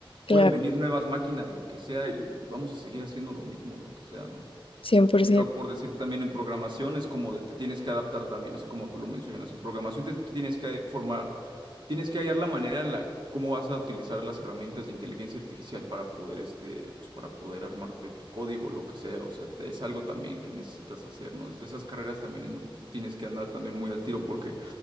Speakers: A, on the left; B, on the right.
A: Claro.
B: pueden venir nuevas máquinas, lo que sea, y vamos a seguir haciendo lo mismo, lo que sea, ¿no?
A: cien cien por
B: Pero
A: ciento
B: por decir también en programación es como de te tienes que adaptar también, así como tú lo mencionas. En programación te, te tienes que formar, tienes que hallar la manera en la cómo vas a utilizar las herramientas de inteligencia artificial para poder este, pues para poder armarte tu código, lo que sea. O sea, es algo también que necesitas hacer, ¿no? Es de esas carreras también en donde tú tienes que andar también muy al tiro porque